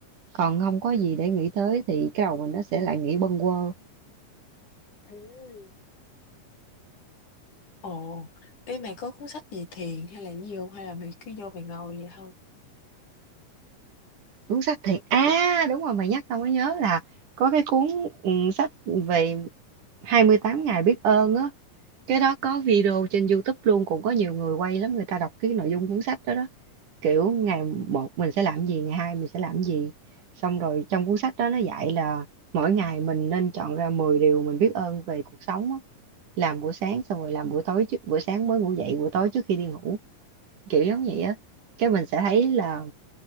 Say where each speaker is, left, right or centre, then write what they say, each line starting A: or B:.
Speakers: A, on the right; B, on the left.
A: còn không có gì để nghĩ tới thì cái đầu mình nó sẽ lại nghĩ bâng quơ
B: ừ Ồ, ê, mày có cuốn sách về thiền hay là gì hông? Hay là mày cứ vô mày ngồi vậy thôi?
A: cuốn sách thì à đúng rồi mày nhắc tao mới nhớ là có cái cuốn ừ, sách về 28 ngày biết ơn á cái đó có video trên YouTube luôn cũng có nhiều người quay lắm người ta đọc cái nội dung cuốn sách đó đó kiểu ngày một mình sẽ làm gì ngày hai mình sẽ làm gì xong rồi trong cuốn sách đó nó dạy là mỗi ngày mình nên chọn ra 10 điều mình biết ơn về cuộc sống á. làm buổi sáng xong rồi làm buổi tối trước buổi sáng mới ngủ dậy buổi tối trước khi đi ngủ kiểu giống vậy á cái mình sẽ thấy là